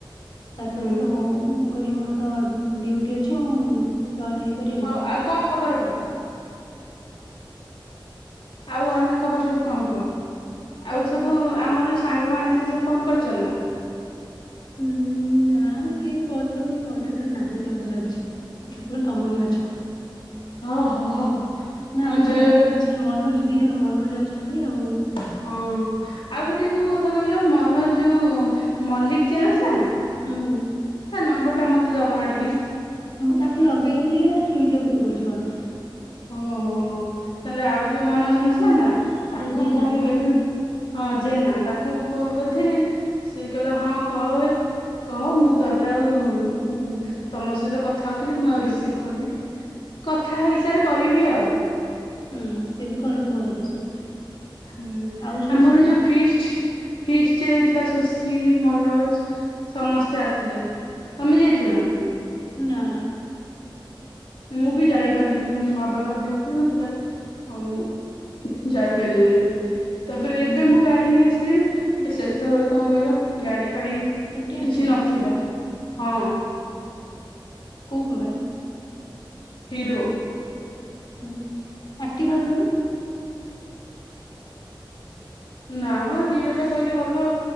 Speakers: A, on the left (about 60°); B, on the left (about 80°).
A: ସାର୍
B: ହୁଁ
A: କଥିଲଥିଲା ହଉ ମୁଁ କହିଲି ମୋର ତ ଡ୍ୟୁଟି ଅଛି ମୁଁ ଜଏନ୍ ହେଇପାରିବିନି।
B: ହଁ ଆଉ କଣ ଖବର କୁ ଆଉ ଅନ୍ୟ ଖବର ସବୁ କଣ କୁହ? ଆଉ ସବୁ ଆମର ସାଙ୍ଗମାନେ ଥିଲେ ସେ ଫୋନ କରୁ ନା
A: ହଁ ନା କେହି କଲଲ କେ କଣ୍ଟ୍ରାଟ ନାହାନ୍ତି ମୋତେ ଲାଗୁଛି ତମେ ହିଁ ଅଛ।
B: ହଁ ହଁ ହଁ।
A: ନା
B: ହଁ
A: ଅଛି
B: ବେଳେ
A: ମନୋଜ ମନୋଜ ଦି ଜଣ ମନୋଜ ଅଛନ୍ତି ଆଉ।
B: ହଁ ଆଉ ଗୋଟେ କୋଉ କଥା କହିଲ ମନୋଜ ଯୋଉ ମଲ୍ଲିକ ଯେ ନଥିଲା ନା?
A: ହୁଁ।
B: ତା ନମ୍ବର ଟା ମତେବ ନା ଟିକେ
A: ତାକୁ ଲଗେଇ ଥିଲି ତାର ସୁଇଚ ଅଫ୍ ଦେଖଉଛି କଣ?
B: ଓହୋ ତାହେଲେ ଆଉ ଯୋଉ ମନୋଜ ନଥିଲା ନା। ତାକୁ
A: ଯୋଉ ଜେନା।
B: ଫୋନ୍ ଏଦିନ ହଁ ଜେନା ତାକୁ ମୁଁ ଫୋନ କରିଥିଲି ସେି କହିଲା ହଁ କହ କହ ମୁଁ ତାପରେ ଆଉ ତମ ସହିତ କଥା ହଉଥିଲି ମୁଁ ଆଉ ରିସିଭ କରିନି କଥା ହେଇସାରେ କରିବି ଆଉ।
A: ହୁଁ ସିଏ ବି କରୁଥିବ ବୋଧେ ସବୁ।
B: ହୁଁ
A: ଆଉ ସୁଶ୍ରୀ
B: ଆମର ଯୋଉ ଫିଷ୍ଟ ଫିଷ୍ଟ ହେଇଥିଲା ସୁଶ୍ରୀ ମନୋଜ ସମସ୍ତେ ଆସିଥିଲେ ତମେ ଯାଇଥିଲ ନା?
A: ନା ନା।
B: ମୁଁ ବି ଯାଇପାରିନଥିଲି ମୋ ବାବାଙ୍କ ଦେ ଭୁଲ ନଥିଲା ଆଉ ମୁଁ ଯାଇପାରିଲିନିି ତାପରେ ଏବେ ମୁଁ ଗାଡି ନେଇ ଆସିଲିଣି ସେତେବେଳେ କଣ କହିଲ ଗାଡି ଫାଡ଼ି
A: ସ୍କୁଟି ଆଣିଛ
B: କିଛି ନଥିଲା। ହଁ।
A: କଉ କମ୍ପାନୀ?
B: ହିରୋ।
A: ହୁଁ ହୁଁ ଆକ୍ଟିଭା ଆନିଲନି?
B: ନା ହିରୋ ଟା କହିଲେ ଭଲ